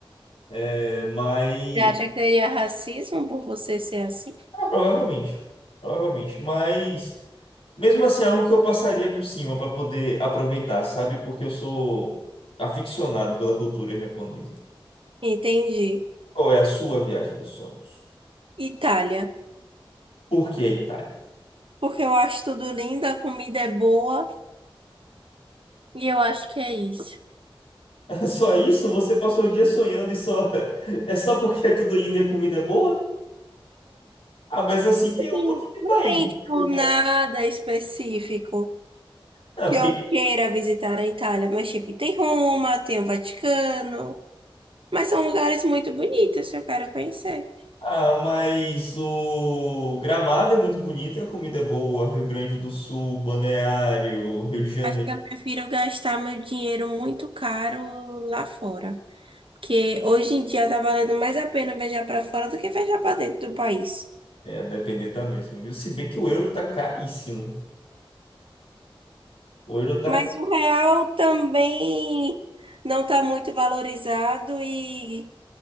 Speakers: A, on the left (about 80°); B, on the right (about 70°).
A: É, mas.
B: Você acha que teria racismo por você ser assim?
A: ah, provavelmente. Provavelmente. Mas. Mesmo assim, é algo que eu passaria por cima para poder aproveitar, sabe? Porque eu sou aficionado pela cultura japonesa.
B: Entendi.
A: Qual é a sua viagem dos sonhos?
B: Itália.
A: Por que a Itália?
B: Porque eu acho tudo lindo, a comida é boa e eu acho que é isso.
A: <laughs> Só isso? Você passou o dia sonhando e só <laughs> é só porque é tudo lindo e a comida é boa? Ah, mas assim tem um
B: Sim,
A: monte de país,
B: não tem,
A: né,
B: tipo,
A: de lugar.
B: nada específico
A: Não,
B: que
A: porque
B: eu queira visitar a Itália. Mas, tipo, tem Roma, tem o Vaticano. Mas são lugares muito bonitos que eu quero conhecer.
A: ah, mas o Gramado é muito bonito, a comida é boa, Rio Grande do Sul, Balneário, Rio de Janeiro.
B: Acho que eu prefiro gastar meu dinheiro muito caro lá fora. Porque hoje em dia tá valendo mais a pena viajar para fora do que viajar para dentro do país.
A: É, a depender tá mesmo, viu? Se bem que o euro tá caríssimo. O euro tá
B: Mas o real também não está muito valorizado e